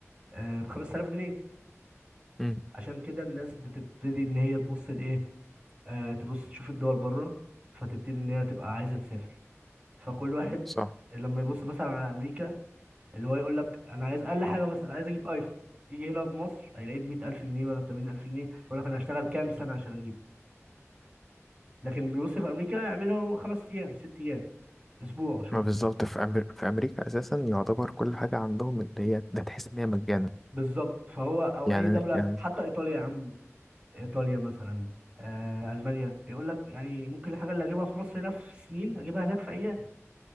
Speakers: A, on the right; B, in the centre.
A: آه، ب 5000 جنيه
B: امم
A: عشان كده الناس بتبتدي ان هي تبص لايه آه تبص تشوف الدول بره فتبتدي ان هي تبقى عايزه تسافر فكل واحد
B: صح
A: لما يبص مثلا على امريكا اللي هو يقول لك انا عايز اقل حاجه مثلا عايز اجيب ايفون يجي هنا في مصر هيلاقيه ب 100000 جنيه ولا ب 80000 جنيه يقول لك انا هشتغل كام سنه عشان اجيب لكن بيبص في امريكا يعمله خمس ايام ست ايام اسبوع شغل
B: ما بالظبط في أمر... في امريكا اساسا يعتبر كل حاجه عندهم اللي هي ده تحس ان هي مجانا
A: بالظبط فهو او
B: يعني
A: اي دوله
B: يعني
A: حتى ايطاليا يا عم ايطاليا مثلا آه المانيا يقول لك يعني ممكن الحاجه اللي اجيبها في مصر هنا في سنين اجيبها هناك في ايام